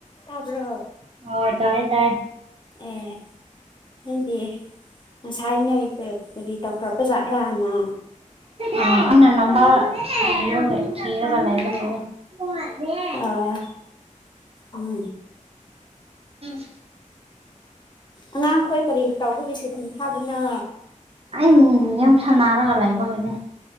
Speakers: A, on the left; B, on the right.
A: ꯇꯥꯕ꯭ꯔꯣ
B: ꯎ ꯑꯣ ꯇꯥꯏ ꯇꯥꯏ
A: ꯑꯦ ꯑꯩꯗꯤ ꯉꯁꯥꯏ ꯅꯣꯏ ꯀꯔꯤ ꯇꯧꯈ꯭ꯔꯕ ꯖꯥꯠ꯭ꯔꯥꯅ
B: ꯑ ꯑꯩꯅ ꯅꯝꯕ ꯊꯤꯔꯣ ꯍꯦꯛ ꯊꯤꯔꯒ ꯂꯩꯕꯔ ꯍꯦꯡꯉꯣ
A: ꯑꯥ ꯎꯝ
B: <unintelligible>
A: ꯑꯉꯥꯡꯈꯣꯏ ꯀꯔꯤ ꯇꯧꯕꯒꯤꯁꯨ ꯁꯨꯇꯤ ꯊꯥꯕꯅꯣ
B: ꯑꯩ ꯌꯦꯝ ꯁꯅꯔꯒ ꯂꯩꯕꯒꯤꯅꯦ